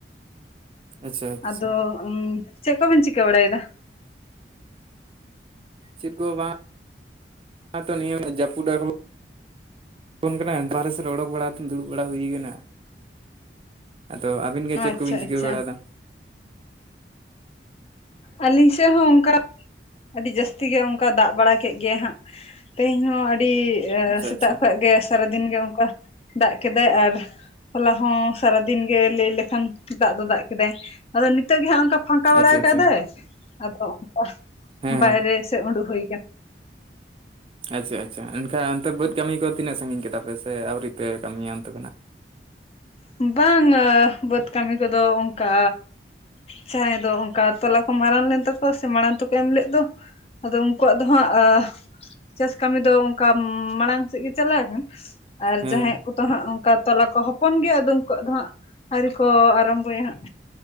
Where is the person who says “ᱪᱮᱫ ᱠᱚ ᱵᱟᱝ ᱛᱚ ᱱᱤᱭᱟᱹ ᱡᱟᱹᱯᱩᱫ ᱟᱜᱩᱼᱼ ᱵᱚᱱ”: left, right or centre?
Right